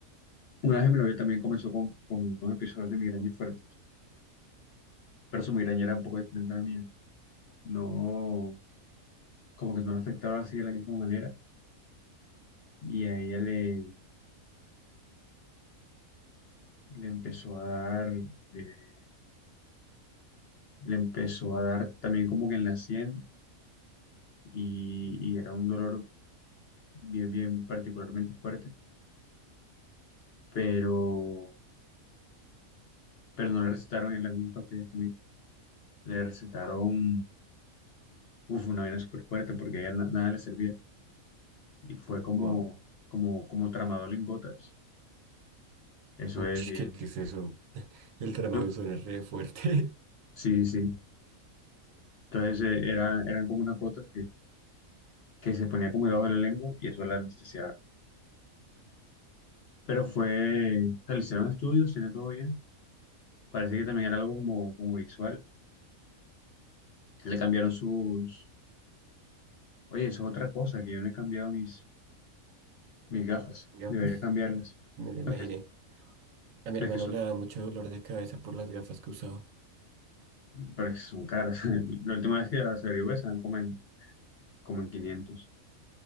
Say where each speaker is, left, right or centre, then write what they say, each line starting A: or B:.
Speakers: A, on the left (about 60°); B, on the right (about 75°).
A: Una vez mi novia también comenzó con, con unos episodios de migraña fuertes, pero su migraña era un poco diferente a la mía. No, como que no la afectaba así de la misma manera. Y a ella le, le empezó a dar, eh, le empezó a dar también como que en la sien y, y era un dolor bien, bien particularmente fuerte, pero, pero no le recetaron en la misma pastilla que a mí. Le recetaron, uf, una vaina súper fuerte porque a ella na- nada le servía. y fue como,
B: Wow.
A: como, como tramador en gotas. Eso
B: Uy,
A: es bien.
B: ¿qué, qué es eso? El tramadol
A: Du-
B: suena re fuerte.
A: Sí, sí. Entonces eh, era, eran como unas gotas que, que se ponía como debajo de la lengua y eso la anestesiaba. Pero fue, o sea, le hicieron estudios, tenía todo bien. Parece que también era algo como, como visual. Le cambiaron sus... Oye, eso es otra cosa, que yo no he cambiado mis, mis gafas.
B: <laughs> Gafas,
A: Debería cambiarlas.
B: me lo
A: Es
B: imaginé.
A: que,
B: A mi hermano
A: es que son,
B: le da mucho dolor de cabeza por las gafas que usaba.
A: pero es que son caras. <laughs> La última vez que las averigué estaban como en, como en 500.